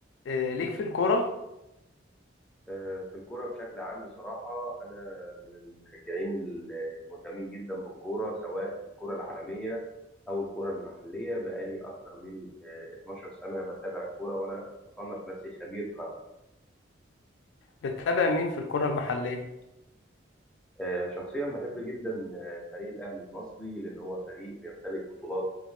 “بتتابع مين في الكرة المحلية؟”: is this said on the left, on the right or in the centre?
Left